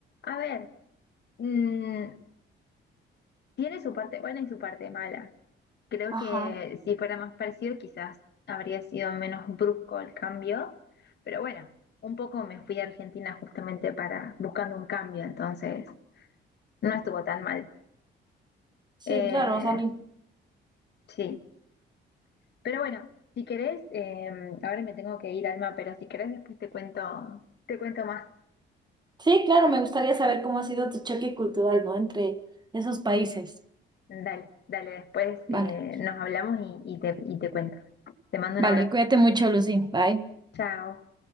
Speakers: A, on the left (about 60°); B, on the right (about 20°).
A: A ver, mm, tiene su parte buena y su parte mala. Creo
B: Ajá.
A: que si fuera más parecido, quizás habría sido menos brusco el cambio, pero bueno, un poco me fui a Argentina justamente para buscando un cambio, entonces no estuvo tan mal.
B: Sí,
A: Eh,
B: claro, o sea, lo.
A: sí, pero bueno, si querés, eh, ahora me tengo que ir, Alma, pero si querés después te cuento, te cuento más.
B: Sí, claro, me gustaría saber cómo ha sido tu choque cultural, ¿no? Entre esos países.
A: Dale, dale, después
B: Vale,
A: eh, nos hablamos y, y te, y te cuento. Te mando
B: vale,
A: un abrazo.
B: cuídate mucho, Lucy. Bye.
A: Chao.